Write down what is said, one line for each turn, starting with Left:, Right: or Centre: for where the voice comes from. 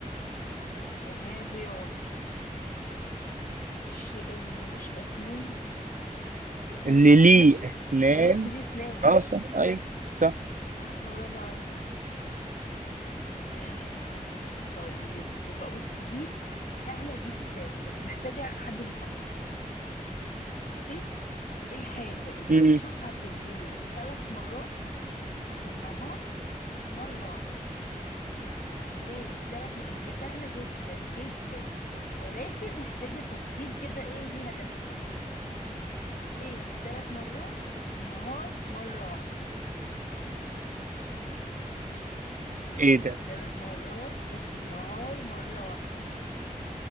Left: وما بيعضش الشيء اللي ملوش أسنان دي أسنان
Right: اللي ليه
Left: المشط
Right: اسنان
Left: المشط دي أسنان
Right: اه صح ايوه صح
Left: اه صح، برافو عليا آه طيب يبقى بص دي سهلة جدا بس محتاجة حد بيفكر ماشي ايه الحاجة اللي
Right: مم.
Left: بتشوفها في الليل ثلاث مرات وفي النهار مرة واحدة في الليل ثلاث م... هي سهلة جدا جدا ولكن محتاجة تفكير كده ايه ليها لفة في الليل ثلاث مرات وفي النهار مرة واحدة في الليل
Right: ايه ده
Left: ثلاث مرات وفي النهار مرة واحدة